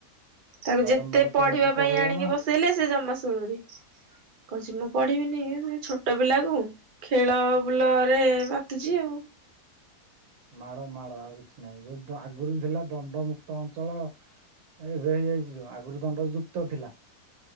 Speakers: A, on the right; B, on the right.
A: ତାକୁ
B: ବାରମ୍ବାର
A: ଯେତେ ପଢିବା
B: କହିକି ପଢେଇବ
A: ପାଇଁ ଆଣିକି
B: ନା
A: ବସ ଲେ ସେ ଜମା ଶୁଣୁନି। କହୁଚି ମୁଁ ପଢିବିନି ଏମିତି ଛୋ ଛୋଟ ପିଲାକୁ ଖେଳ ବୁଲରେ ମାତୁଛି ଆଉ।
B: ମାଡ ମାଡ ଆଉ କିଛି ନାହିଁ ଯୋଉ ଆଗରୁ ଥିଲା ଦଣ୍ଡମୁକ୍ତ ଅଞ୍ଚଳ ଏବେ ହେଇଯାଇଛି ଯୋଉ ଆଗରୁ ଦଣ୍ଡ ଯୁକ୍ତ ଥିଲା।